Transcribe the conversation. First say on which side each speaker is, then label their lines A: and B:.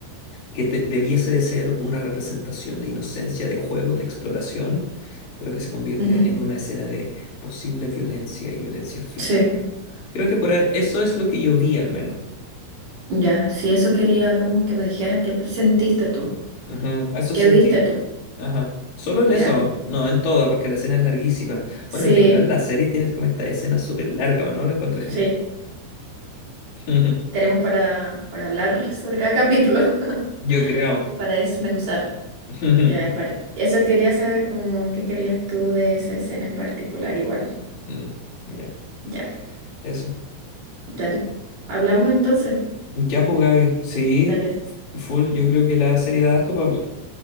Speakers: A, on the left; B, on the right.
A: que te- debiese de ser una representación de inocencia, de juego, de exploración, pero que se convierte
B: ujú,
A: en una escena de posible violencia y violencia física.
B: Sí.
A: Creo que por ahí- eso es lo que yo vi al menos.
B: Ya. Si eso quería como que me dijeras qué sentiste tú,
A: Ujú, a eso
B: qué
A: sentí.
B: viste tú.
A: Ajá. Solo en
B: Ya.
A: eso, no en toda, porque la escena es larguísima.
B: Sí,
A: Bueno, en general la serie tiene como esta escena súper larga, ¿o ¿no? La encuentro genial.
B: sí.
A: <laughs>
B: Tenemos para, para hablar sobre cada capítulo, <laughs>
A: Yo creo.
B: para desmenuzar.
A: <laughs>
B: Ya, para... Eso quería saber cómo, qué querías tú de esa escena en particular, igual.
A: Mm, Ya,
B: Ya,
A: eso.
B: dale. ¿Hablamos entonces?
A: Ya, pues, Gaby. Sí,
B: Dale,
A: f- full. Yo creo que la serie da harto para hablar.